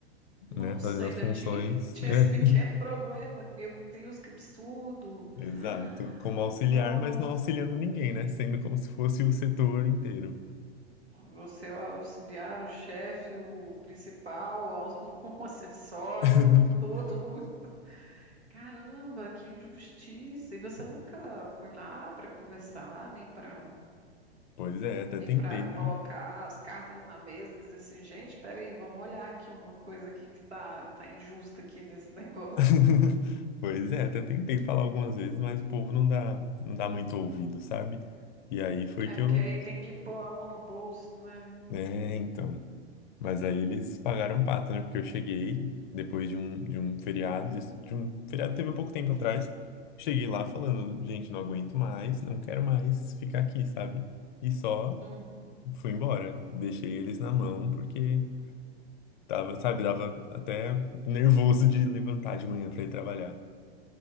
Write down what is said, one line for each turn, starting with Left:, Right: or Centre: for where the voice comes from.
Right: Nossa,
Left: né? Fazendo
Right: ainda
Left: as funções.
Right: tinha, <laughs> tinha
Left: <laughs>
Right: esse pequeno problema. Meu Deus, que absurdo!
Left: É. Exato.
Right: Ah,
Left: Como auxiliar,
Right: Nossa,
Left: mas não auxiliando ninguém, né? Sendo como se fosse o setor inteiro.
Right: você é o auxiliar, o chefe, o principal, o aux- <laughs> o acessório,
Left: <laughs>
Right: todo. mundo. Caramba, que injustiça! E você nunca foi lá para conversar, nem para
Left: Pois é, até
Right: nem
Left: tentei.
Right: para colocar as cartas na mesa e dizer assim, gente, peraí, vamos olhar aqui uma coisa aqui que tá, tá injusta aqui nesse <laughs> negócio.
Left: <laughs> Pois é, até tentei falar algumas vezes, mas o povo não dá, não dá muito ouvido, sabe? E aí foi
Right: É
Left: que
Right: porque
Left: eu.
Right: aí tem que pôr a mão no bolso, né?
Left: É, então. Mas aí eles pagaram pato, né? Porque eu cheguei depois de um, de um feriado, desse- de um feriado que teve há pouco tempo atrás. Cheguei lá falando, gente, não aguento mais, não quero mais ficar aqui, sabe? E só
Right: Uhum.
Left: fui embora. Deixei eles na mão, porque tava, sabe, dava até nervoso de levantar de manhã pra ir trabalhar.